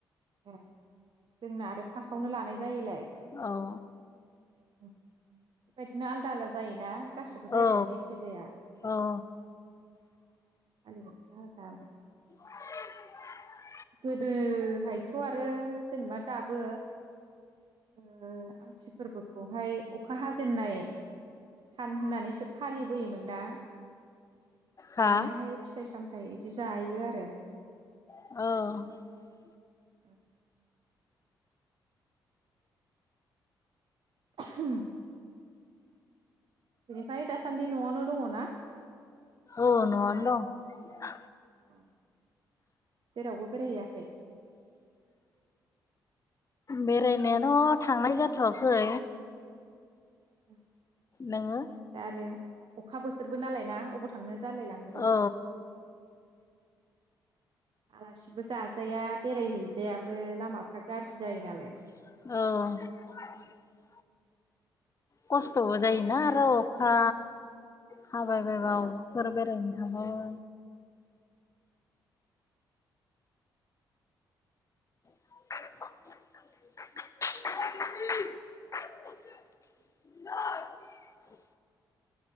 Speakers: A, on the right; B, on the left.
A: ए जोंना आरो फार्स्टआवनो लानाय जायोलाय
B: औ
A: उम बेबादिनो आलदा आलदा जायोना? गासिबो जायगायावनो
B: औ
A: एखे जाया
B: औ
A: फालिनायफ्रा आलदा आलदा
B: <unintelligible>
A: गोदोहायथ आरो जेनेबा दाबो ओ आमथि फोरबोखौहाय अखा हाजेननाय सान होननानैसो फालिबोयोमोन ना?
B: हा
A: दानियाहाय फिथाइ साम थाय बिदि जायो आरो
B: औ
A: उम <inaudible> बेनिफाय दासान्दि नआवनो दङ ना?
B: औ नआवनो दं
A: अ जेरावबो बेरायहैैयाखै?
B: बेरायनायाथ थांनाय जाथवाखै
A: उम
B: नोङो
A: दाआरो अखा बोथोरबो नालाय ना अबावथ थांनो जालायलाङोबो
B: औ
A: आलासिबो जाजाया बेरायहैजायाबो लामाफ्रा गाज्रि जायो नालाय
B: औ खस्थबो जायोना आरो अखा हाबाय बायबा अबाफोर बेरायनो थांबाबो <unintelligible>